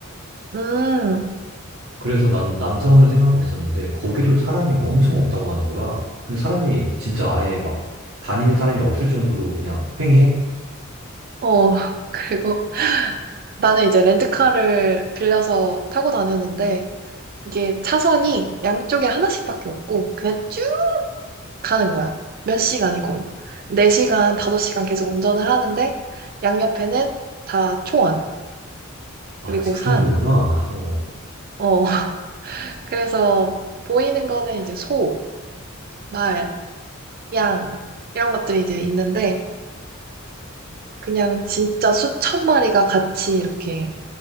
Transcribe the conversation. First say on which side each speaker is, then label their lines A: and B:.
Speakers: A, on the right; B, on the right.
A: 음,
B: 그래서 나는 남섬을 생각하고 있었는데, 거기도 사람이 엄청 없다고 하는 거야. 근데 사람이 진짜 아예 막 다니는 사람이 없을 정도로 그냥 횡해?
A: 어, <laughs> 그리고 나는 이제 렌트카를 빌려서 타고 다녔는데 이게 차선이 양쪽에 하나씩밖에 없고 그냥 쭉 가는 거야. 몇 시간이고. 4시간, 5시간 계속 운전을 하는데, 양옆에는 다 초원,
B: 아,
A: 그리고
B: 그
A: 산.
B: 정도구나. <laughs> 어.
A: 어, <laughs> 그래서 보이는 거는 이제 소, 말, 양, 이런 것들이 이제 있는데, 그냥 진짜 수천 마리가 같이 이렇게,